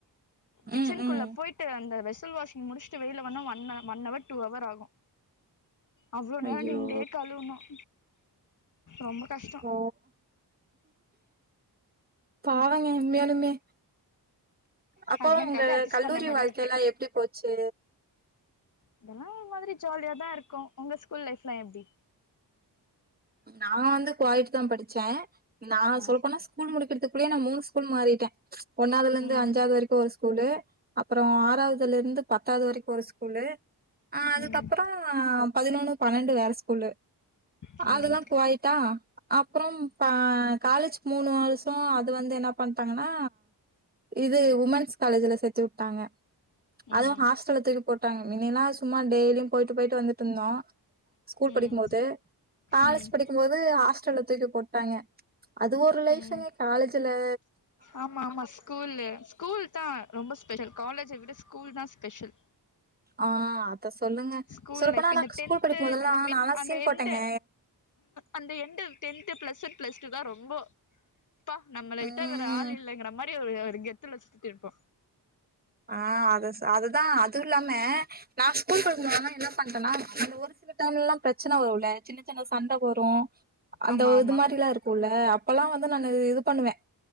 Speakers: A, on the left; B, on the right.
A: கிச்சனுக்குள்ள
B: ம் ம்
A: போயிட்டு அந்த வெஸ் வெஸ்ஸல் வாஷிங் முடிச்சிட்டு வெளியே வர ஒன் ஹவர் டூ ஹவர் ஆகும் அவ்ளோ நேரம்
B: ஐயோ
A: நிண்டே கழுவனும் ரொம்ப கஷ்டோ
B: ஓ பாருங்க உண்மையாலுமே அப்போ
A: ஹஸ்பண்டாக
B: உங்க
A: அஸ்
B: கல்லூரி
A: பண்ற மாரி
B: வாழ்க்கையெல்லா
A: இருக்கு
B: எப்டி போச்சு
A: இதெல்லாம் மாரி ஜாலியாதான் இருக்கு உங்க ஸ்கூல் லைஃப்லாம் எப்படி
B: நான் வந்து கோயேட் தான் படிச்சேன் நான்
A: ஆ
B: சொல்ல போனா ஸ்கூல் முடிக்கிறதுக்கு அப்டியே நான் மூணு ஸ்கூல் மாறிட்டேன் ஒன்னாவதுல இருந்து
A: ம்
B: அஞ்சாவது வரைக்கும் ஒரு ஸ்கூல்லு அப்புறம் ஆறாவதுல இருந்து பத்தாவது வரைக்கும் ஒரு ஸ்கூல்லு அஹ் அதுக்கப்புறம்
A: ம்
B: பதினொன்னு பன்னெண்டு வேற ஸ்கூல்லு
A: ம்
B: அதெல்லாம் கோயேயிட்டா அப்புறம் காலேஜு மூணு வருஷம் அது வந்து என்ன பண்ணிட்டாங்கன்னா இது உமென்ஸ் காலேஜ்ல சேர்த்து விட்டாங்க
A: ம்
B: அதுவும் ஹாஸ்டலுக்கு தூக்கி போட்டாங்க <unintelligible> சும் மா டெய்லியும் போயிட்டு போயிட்டு வந்திட்டு இருந்தோம் ஸ்கூல் படிக்கும்
A: ம்
B: போது காலேஜ்
A: ம்
B: படிக்கும் போது ஹாஸ்டல் த்துக்கு போட்டாங்க அது ஒரு லைஃப்ங்க
A: ம்
B: காலேஜ் த்துலே
A: ஆமா ஆமா ஸ்கூல்லு ஸ்கூல் தா ரொம்ப ஸ்பெஷல் காலேஜ விட ஸ்கூல் தா ஸ்பெஷல்
B: ஆஹ் அத சொல்லுங்க
A: ஸ்கூல்
B: சொல்லப்போனா
A: லைஃப் இந்த
B: நா
A: டென்த்து
B: ஸ்கூல் படிக்கும் போதெல்லா
A: அந்த மிட்
B: நாலா
A: அந்த
B: சீன்
A: என்டு
B: போட்டேங்க
A: அந்த என்டு டென்த்துஸ பிளஸ் ஒன் பிளஸ் டூ தா ரொம்போ இப்பா நம்முள
B: ம்
A: விட்ட வேற ஆள் இல்லைங்கிற மாரி அப்டி ஒரு கெத்துல சுத்து இருப்போ
B: ஆஹ் அத சா அதுதா அது இல்லாம நா ஸ்கூல் படிக்கும்போதுலா என்ன பண்டேனா இந்த ஒரு சில டேமுல்லா பிரச்சுன்ன வருல சின்ன சின்ன சண்ட போறோ அந்த
A: ஆமா
B: ஒது
A: ஆமா
B: மாரியில்லா இருக்குல்ல அப்பல்லா வந்து நானு இது பண்ணுவேன்